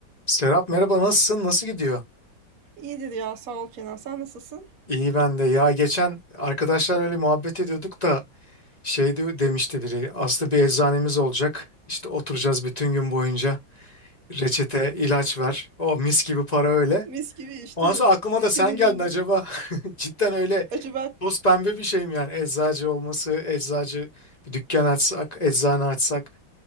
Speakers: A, on the left; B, on the right.
A: Serap merhaba nasılsın? Nasıl gidiyor?
B: İyidir ya sağ ol Kenan. Sen nasılsın?
A: İyi ben de. Ya geçen arkadaşlar öyle muhabbet ediyorduk da şey de- demişti biri. Aslı bir eczanemiz olacak. İşte oturacağız bütün gün boyunca. Reçete, ilaç ver. O mis gibi para öyle.
B: Mis gibi iş
A: Ondan
B: değil
A: sonra
B: mi?
A: aklıma
B: Dük- Dükkanın
A: da sen geldin
B: önünde.
A: acaba. <laughs> Cidden öyle
B: Acaba
A: toz pembe bir şey mi yani? Eczacı olması, eczacı bir dükkan açsak, eczane açsak.